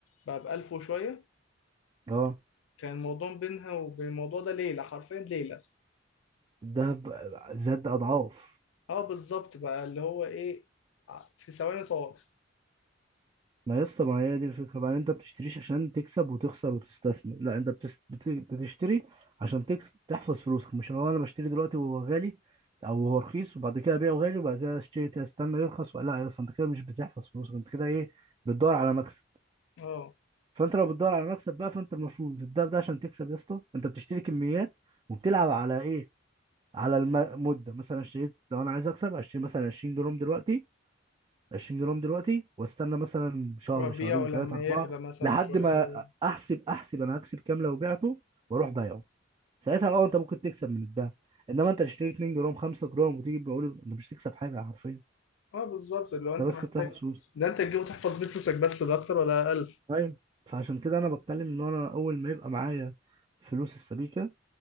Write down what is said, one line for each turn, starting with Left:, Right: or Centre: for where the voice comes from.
Left: بقى ب 1000 وشوية
Right: اه
Left: كان الموضوع بينها وبين الموضوع ده ليلة حرفيا ليلة
Right: الدهب زاد اضعاف
Left: اه بالظبط بقى اللي هو ايه ع- في ثواني طار
Right: ما يا اسطى ما هي دي الفكره بقى انت بتشتريش عشان تكسب وتخسر وتستثمر لا انت بتس... بت... بتشتري عشان تكس... تحفظ فلوسك مش هو انا بشتري دلوقتي وهو غالي او هو رخيص وبعد كده ابيعه غالي وبعد كده اشتري استنى يرخص ولا لا يا اسطى انت كده مش بتحفظ فلوسك انت كده ايه بتدور على مكسب
Left: اه
Right: فانت لو بتدور على مكسب بقى فانت المفروض ده ده عشان تكسب يا اسطى انت بتشتري كميات وبتلعب على ايه على المده مثلا اشتريت لو انا عايز اكسب اشتري مثلا 20 جرام دلوقتي 20 جرام دلوقتي واستنى مثلا شهر
Left: وبيعه
Right: شهرين
Left: لما
Right: ثلاثة أربعة
Left: يغلى مثلا
Right: لحد
Left: شويه
Right: ما
Left: حلوين
Right: أحسب أحسب أنا هكسب كام لو بعته وأروح بايعه ساعتها أه أنت ممكن تكسب من الدهب إنما أنت تشتري 2 جرام 5 جرام وتيجي بقول أنت مش هتكسب حاجة حرفيا
Left: اه بالظبط اللي هو انت
Right: أنت بس
Left: محتاج
Right: بتاخد فلوس
Left: ده انت تجيبه تحفظ بيه فلوسك بس ده اكتر ولا اقل
Right: أيوه فعشان كده أنا بتكلم إن أنا أول ما يبقى معايا فلوس السبيكة